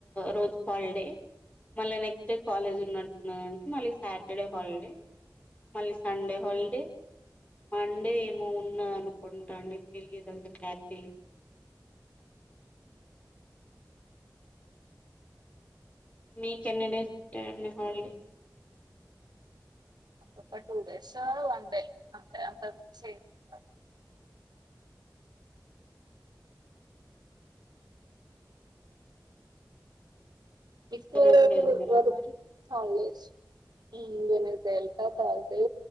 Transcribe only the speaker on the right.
ఒక టూ డేస్ వన్డే అంటే అంతకు మించి ఏమి ఉండదు ఎక్కువ
రోజులు
ఎవరు
హోలీడేస్ వెడ్నెస్డే వెళ్తా తర్స్ డే